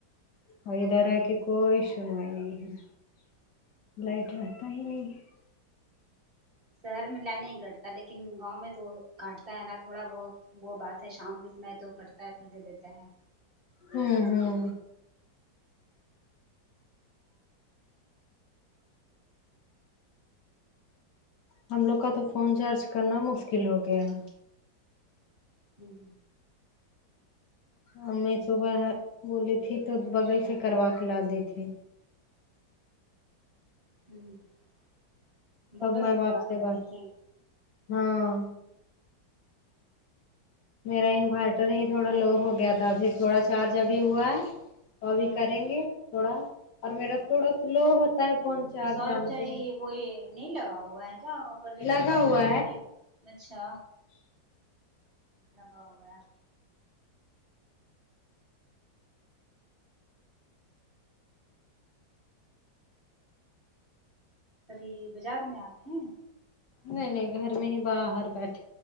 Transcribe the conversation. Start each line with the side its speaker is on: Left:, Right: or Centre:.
Left: اور ادھر ہے کے کوئی شنوائی نہیں ہے لائٹ رہتا ہی نہیں ہے
Right: شہر میں لائ نہیں کٹتا لیکن گاؤں میں تو کاٹتا ہے نا تھوڑا بہت وہ بات تو شام کے سمے تو کٹتا ہے پھر دے دیتا ہے
Left: ہوں ہوں ہم لوگ کا تو فون چارج کرنا مشکل ہو
Right: ہوں
Left: گیا ہے
Right: ہوں
Left: ہمے صبح یہ بولی تھی تو بغل سے کروا کے لادی تھی
Right: ہوں بغل
Left: تب میں
Right: سے
Left: باپ
Right: کروا کے لادی
Left: بات
Right: تھی
Left: ہاں میرا ان بیٹری ہی تھوڑا لو ہو گیا تھا پھر تھوڑا چارج ابھی ہوا ہے وہ ابھی
Right: ہوں
Left: کریں گے تھوڑا اور میرا تھوڑا سلو ہوتا ہے فون چارج
Right: تو سو
Left: جانتے
Right: رپجاۓ
Left: ہیں
Right: یہ وہ یہ نہیں لگا ہوا ہے کیا وففر جو
Left: لگا
Right: لگتا ہے
Left: ہوا
Right: سو روپٹ اچھا لگا ہوا ہے ابھی بازار میں آپ ہیں
Left: نہیں نہیں گھر میں ہی باہر بیٹھ